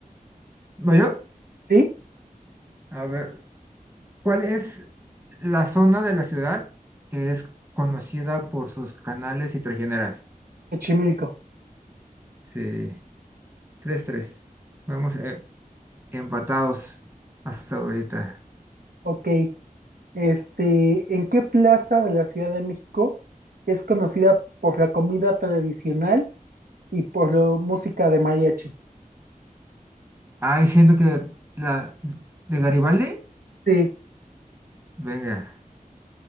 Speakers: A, on the right; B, on the right.
A: ¿Voy yo?
B: ¿Sí?
A: A ver, ¿cuál es la zona de la ciudad que es conocida por sus canales y trajineras?
B: Xochimilco.
A: Sí, tres, tres. Vamos eh, empatados hasta ahorita.
B: Ok. Este, ¿en qué plaza de la Ciudad de México es conocida por la comida tradicional y por la música de mariachi?
A: Ay, siento que la de Garibaldi,
B: Sí,
A: venga,